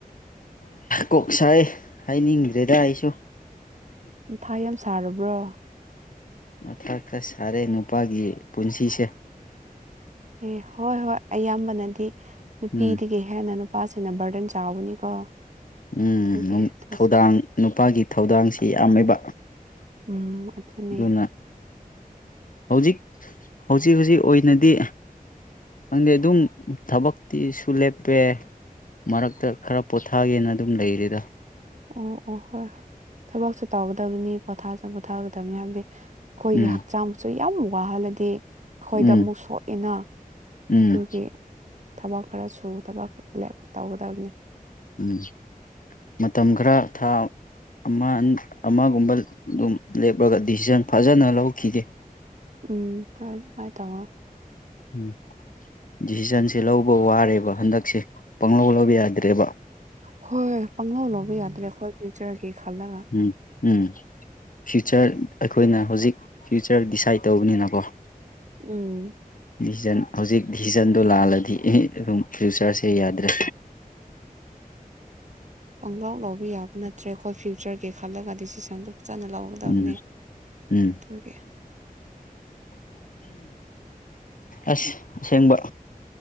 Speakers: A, on the left; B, on the right.
A: ꯀꯣꯛ ꯁꯥꯏ ꯍꯥꯏꯅꯤꯡꯗ꯭ꯔꯦꯗ ꯑꯩꯁꯨ
B: ꯊꯥ ꯌꯥꯝ ꯁꯥꯔꯕ꯭ꯔꯣ
A: ꯃꯊꯥ ꯈꯔ ꯁꯥꯔꯦ ꯅꯨꯄꯥꯒꯤ ꯄꯨꯟꯁꯤꯁꯦ
B: ꯑꯦ ꯍꯣꯏ ꯍꯣꯏ ꯑꯌꯥꯝꯕꯅꯗꯤ ꯅꯨꯄꯤꯗꯒꯤ
A: ꯎꯝ
B: ꯍꯦꯟꯅ ꯅꯨ ꯄꯥꯁꯤꯅ ꯕꯔꯗꯟ ꯆꯥꯎꯕꯅꯤꯀꯣ
A: ꯎꯝ
B: ꯑꯗꯨꯒꯤ ꯑꯗꯨꯁꯨ
A: ꯊꯧꯗꯥꯡ ꯅꯨꯄꯥꯒꯤ ꯊꯧꯗꯥꯡꯁꯤ ꯌꯥꯝꯃꯦꯕ
B: ꯎꯝ ꯑꯗꯨꯊꯅꯦ
A: ꯑꯗꯨꯅ ꯍꯧꯖꯤꯛ ꯍꯧꯖꯤꯛ ꯍꯧꯖꯤꯛ ꯑꯣꯏꯅꯗꯤ ꯈꯪꯗꯦ ꯑꯗꯨꯝ ꯊꯕꯛꯇꯤꯁꯨ ꯂꯦꯞꯄꯦ ꯃꯔꯛꯇ ꯈꯔ ꯄꯣꯊꯥꯒꯦꯅ ꯑꯗꯨꯝ ꯂꯩꯔꯦꯗ
B: ꯑꯣ ꯑꯣ ꯍꯣꯏ ꯍꯣꯏ ꯊꯕꯛꯁꯨ ꯇꯧꯒꯗꯕꯅꯤ ꯄꯣꯊꯥꯁꯨ ꯄꯣꯊꯥꯒꯗꯕꯅꯤ ꯍꯥꯏꯕꯗꯤ ꯑꯩꯈꯣꯏꯒꯤ
A: ꯎꯝ
B: ꯍꯛꯆꯥꯡꯁꯨ ꯌꯥꯝ ꯋꯥꯍꯜꯂꯗꯤ ꯑꯩꯈꯣꯏꯗ
A: ꯎꯝ
B: ꯑꯃꯨꯛ ꯁꯣꯛꯑꯦꯅ
A: ꯎꯝ
B: ꯑꯗꯨꯒꯤ ꯊꯕꯛ ꯈꯔ ꯁꯨ ꯊꯕꯛ ꯈꯔ ꯂ ꯇꯧꯒꯗꯕꯅꯤ
A: ꯎꯝ ꯃꯇꯝ ꯈꯔ ꯊꯥ ꯑꯃ ꯑꯃꯒꯨꯝꯕ ꯑꯗꯨꯝ ꯂꯦꯞꯂꯒ ꯗꯤꯁꯤꯖꯟ ꯐꯖꯅ ꯂꯧꯈꯤꯒꯦ
B: ꯎꯝ ꯇ ꯑꯗꯨꯃꯥꯏ ꯇꯃꯣ
A: ꯎꯝ ꯗꯤꯁꯤꯖꯟꯁꯦ ꯂꯧꯕ ꯋꯥꯔꯦꯕ ꯍꯟꯗꯛꯁꯦ ꯄꯥꯡ ꯂꯧ ꯂꯧꯕ ꯌꯥꯗ꯭ꯔꯦꯕ
B: ꯍꯣꯏ ꯍꯣꯏ ꯄꯥꯡꯍꯧ ꯂꯧꯕ ꯌꯥꯗ꯭ꯔꯦ ꯑꯩꯈꯣꯏ ꯐ꯭ꯌꯨꯆꯔꯒꯤ ꯈꯜꯂꯒ
A: ꯎꯝ ꯎꯝ ꯐ꯭ꯌꯨꯆꯔ ꯑꯩꯈꯣꯏꯅ ꯍꯧꯖꯤꯛ ꯐ꯭ꯌꯨꯆꯔ ꯗꯤꯁꯥꯏꯠ ꯇꯧꯕꯅꯤꯅꯀꯣ
B: ꯎꯝ
A: ꯗꯤꯖꯟ ꯍꯧꯖꯤꯛ ꯗꯤꯖꯟꯗꯣ ꯂꯥꯜꯂꯗꯤ ꯑꯗꯨꯝ ꯐ꯭ꯌꯨꯆꯔꯁꯦ ꯌꯥꯗ꯭ꯔꯦ
B: ꯄꯂꯥꯎ ꯂꯧꯕ ꯌꯥꯕ ꯅꯠꯇ꯭ꯔꯦ ꯑꯩꯈꯣꯏ ꯐ꯭ꯌꯨꯆꯔꯒꯤ ꯈꯜꯂꯒ ꯗꯤꯁꯤꯖꯟꯗꯨ ꯆꯅ ꯂꯧꯒꯗꯕꯅꯤ
A: ꯎꯝ ꯎꯝ
B: ꯑꯗꯨꯒꯤ
A: ꯑꯁ ꯑꯁꯦꯡꯕ